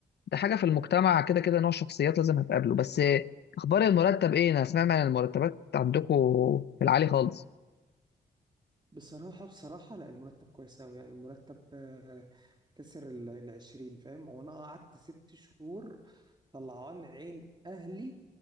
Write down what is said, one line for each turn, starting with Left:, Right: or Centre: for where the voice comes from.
Left: ده حاجه في المجتمع كده كده نوع شخصيات لازم هتقابله بس اخبار المرتب ايه انا سمعت عن المرتبات عندكم في العالي خالص
Right: بصراحة بصراحة لا المرتب كويس أوي يعني المرتب آه، كسر ال- العشرين فاهم هو أنا قعدت ست شهور طلعان عين أهلي